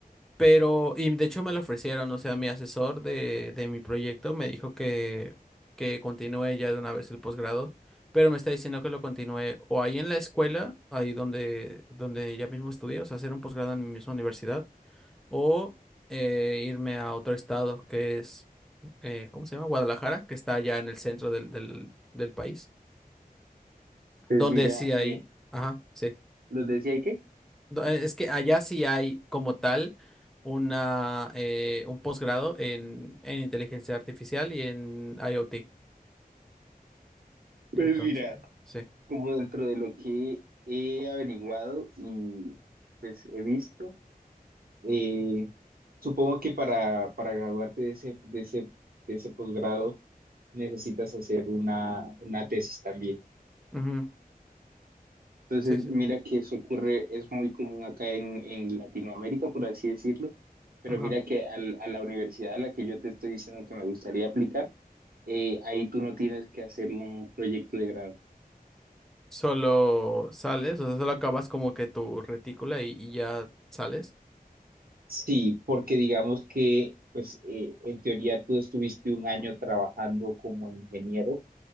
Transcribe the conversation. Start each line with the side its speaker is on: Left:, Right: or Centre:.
Centre: Pero, y de hecho me lo ofrecieron, o sea, mi asesor de, de mi proyecto me dijo que, que continúe ya de una vez el posgrado, pero me está diciendo que lo continúe o ahí en la escuela, ahí donde, donde ya mismo estudié, o sea, hacer un posgrado en mi misma universidad, o eh, irme a otro estado que es, eh, ¿cómo se llama? Guadalajara, que está allá en el centro del, del, del país,
Right: Pues
Centre: donde
Right: mira,
Centre: sí hay,
Right: eh,
Centre: ajá, sí.
Right: ¿nos decía qué?
Centre: No, eh, Es que allá sí hay como tal una, eh, un posgrado en, en inteligencia artificial y en IoT.
Right: Pues
Centre: Entonces,
Right: mira,
Centre: sí.
Right: como dentro de lo que he averiguado y pues he visto, Y supongo que para, para graduarte de ese, de ese, de ese posgrado necesitas hacer una, una tesis también.
Centre: Ujú.
Right: Entonces,
Centre: Sí, sí,
Right: mira
Centre: sí.
Right: que eso ocurre, es muy común acá en, en Latinoamérica, por así decirlo, pero
Centre: Ajá.
Right: mira que al- a la universidad a la que yo te estoy diciendo que me gustaría aplicar, eh, ahí tú no tienes que hacer un proyecto de grado.
Centre: Solo sales, o sea, solo acabas como que tu retícula y, y ya sales.
Right: Sí, porque digamos que, pues, eh, en teoría tú estuviste un año trabajando como ingeniero